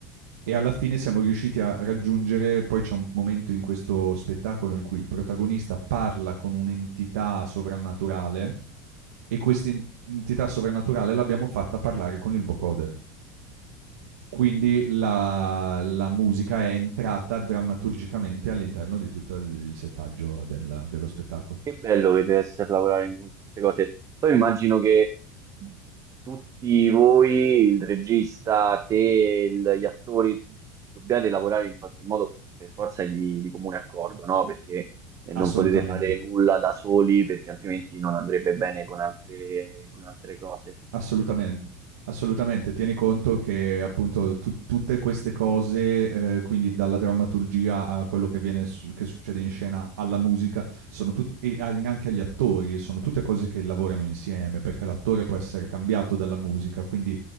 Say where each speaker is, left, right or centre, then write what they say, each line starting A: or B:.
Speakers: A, on the right; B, on the right.
A: E alla fine siamo riusciti a raggiungere, poi c'è un momento in questo spettacolo in cui il protagonista parla con un'entità sovrannaturale e questa in- entità sovrannaturale l'abbiamo fatta parlare con il vocoder. Quindi la, la musica è entrata drammaturgicamente all'interno di tutto il settaggio del- dello spettacolo.
B: Che bello che deve essere lavorare in queste cose. Poi immagino che tutti voi, il regista, te, il- gli attori, dobbiate lavorare in qualche modo per forza di, di comune accordo, no? Perché eh, non
A: Assolutamente.
B: potete fare nulla da soli, perché altrimenti non andrebbe bene con altre, con altre cose.
A: Assolutamente, assolutamente. Tieni conto che appunto tu tutte queste cose, ehm, quindi dalla drammaturgia a quello che viene s che succede in scena, alla musica, sono tut e agli anche agli attori, sono tutte cose che lavorano insieme, perché l'attore può essere cambiato dalla musica, quindi,